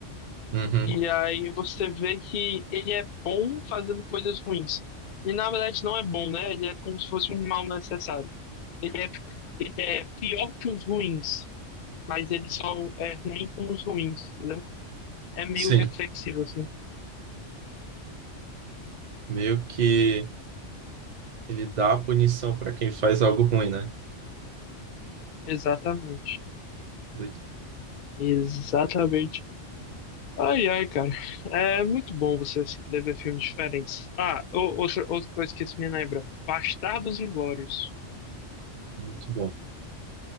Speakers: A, on the right (about 40°); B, on the left (about 50°).
A: Uhum,
B: E aí você vê que ele é bom fazendo coisas ruins. E na verdade não é bom, né? Ele é como se fosse um mal necessário. Ele é, ele é pior que os ruins, mas ele só é ruim com os ruins, entendeu? É meio
A: sim.
B: reflexivo, assim.
A: Meio que ele dá a punição para quem faz algo ruim, né?
B: Exatamente.
A: Muito,
B: Exatamente. Ai, ai, cara. É muito bom você se poder ver filmes diferentes. Ah, o- outra, outra coisa que isso me lembra. Bastardos Inglórios.
A: muito bom,